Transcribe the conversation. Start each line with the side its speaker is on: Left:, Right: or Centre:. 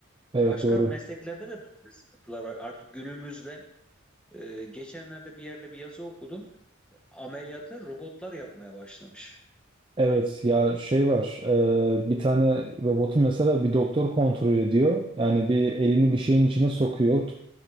Right: Evet
Centre: Başka
Right: doğru.
Centre: mesleklerde de bazı sıkıntılar var. Artık günümüzde Ee, geçenlerde bir yerde bir yazı okudum. Ameliyatı robotlar yapmaya başlamış.
Right: Evet ya şey var e, bir tane robotu mesela bir doktor kontrol ediyor. Yani bir elini bir şeyin içine sokuyor